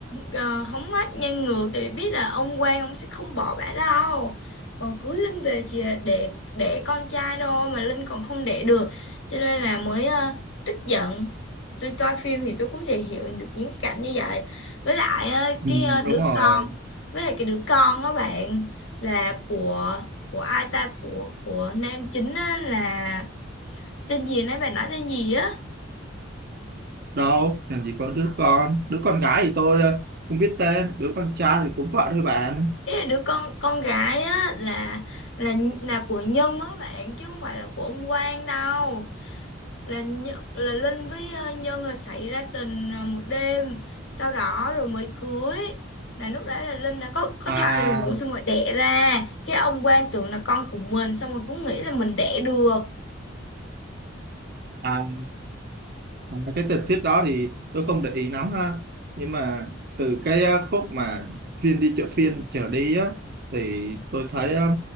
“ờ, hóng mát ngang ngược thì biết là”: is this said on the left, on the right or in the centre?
Left